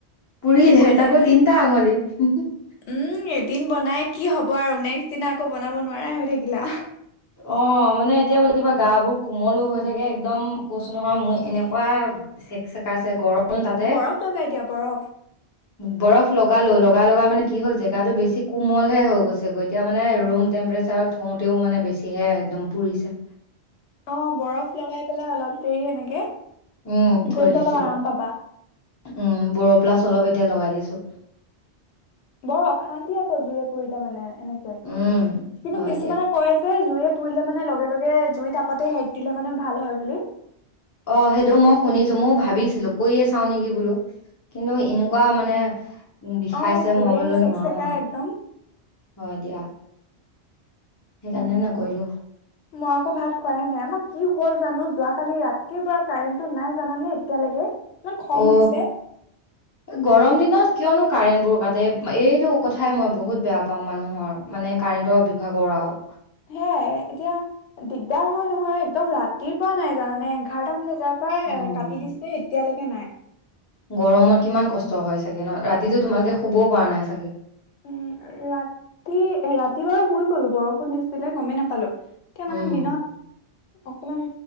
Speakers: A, on the left; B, on the left.
A: পুৰিলেে
B: পুৰিলে
A: তাকো
B: নে
A: তিনটা আঙুলি হ
B: উম এদিন বনাই কি হব আৰু এক সিদিনা আকৌ বনাব নোৱাৰাই হৈ থাকিলা
A: অ মানে এতিয়া বোলে কিবা গা বোৰ কোমলো হৈ থাকে একদম কৈছো নহয় মোৰ এনেকুৱা চেক চেকাছে গৰম তাতে
B: বৰফ লগাই দিয়া বৰফ
A: বৰফ লগালো অলপ লগা লগা মানে কি হল জেগাতটো বেছি কোমল হে হৈ গৈছে গৈতিয়া মানে ৰুম টেম্পৰেচাৰত থওঁতেও মানে বেছিহে একদম পুৰিছে
B: অ বৰফ লগাই পেলাই অলপ দেৰি এনেকে
A: উম থৈ
B: গধূলি
A: দিছিলো
B: হলে অলপ আৰাম পাবা
A: উম বৰ প্লাছ অলপ এতিয়া লগাই দিছো
B: বৰ অশান্তি আকৌ জুৰে পুৰিলে মানে এনেকে
A: উম
B: কিন্তু
A: হয়
B: কিছুমানে
A: দিয়া
B: কয় যে জুৰে পুৰিলে মানে লগে লগে জুই তাপতে সেক দিলে মানে ভাল হয় বুলি
A: অ সেইটো মই শুনিছো ময়োও ভাবিছিলো কৰিয়ে চাও নেকি বোলো কিন্তু এনেকুৱা মানে বিষাইছে
B: অ পুৰে
A: মই বোলো
B: চেক
A: নোৱাৰো
B: চেকাই
A: আৰু
B: একদম
A: হয় দিয়া সেইকাৰণে নকৰিলো
B: মই আকৌ ভাত খোৱাইে নাই আমাৰ কি হল জানো যোৱ কালি ৰাতিৰ পৰা কাৰেণ্টটো নাই জানানে এতিয়ালৈকে ইমান খং
A: অ
B: উঠিছে
A: গৰম দিনত কিয়নো কাৰেণ্ট বোৰ কাটে এইটো কথাই মই বহুত বেয়া পাওঁ মানুহৰ মানে কাৰেণ্টৰ বিভাগৰ আৰু
B: সেয়াই এতিয়া দিগদাৰ হয় নহয় একদম ৰাতিৰ পৰা নাই জানানে এঘাৰটাামান বজাত
A: উম
B: কাটি দিছে এতিয়ালৈকে এতিয়া নাই
A: গৰমত কিমান কষ্ট হয় চাগে ন ৰাতিতটো তোমালোকে শুবও পৰা নাই চাগে
B: উম ৰাতি ৰাতি বাৰু শুই গলো বৰষুণ নিছিলে গমেই নাপালো এতিয়া
A: উম
B: মানে দিনত অকমান